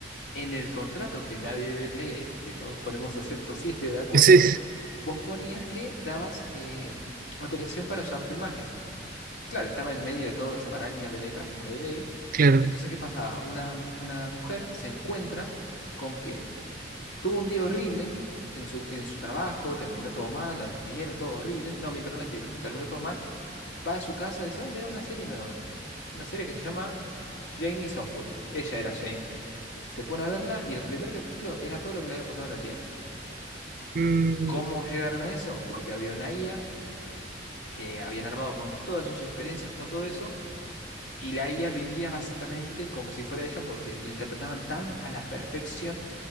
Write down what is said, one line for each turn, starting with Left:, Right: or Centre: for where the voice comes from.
Left: en el contrato que nadie ve- lee, que todos ponemos acepto si estoy de acuerdo,
Right: Sí,
Left: vos ponías que dabas em, autorización para usar tu imagen. Claro, estaba en medio de toda esa maraña de letras que nadie lee.
Right: claro,
Left: Entonces, ¿qué pasaba? Una, una mujer se encuentra con que Tuvo un día horrible en su, en su trabajo, terminó todo mal, la despidieron, todo horrible. No, mientras no la despidieron, terminó todo mal. Va a su casa, dice, oh, mira una serie nueva. Una serie que se llama Jane is Awful. Ella era Jane. Se pone a verla y el primer capítulo era todo lo que le había pasado en el día.
Right: Mm,
Left: ¿Cómo llegaron a eso? Porque había una IA que habían armado con todas sus experiencias, con todo eso, y la IA vivía básicamente como si fuera ella porque lo interpretaban tan a la perfección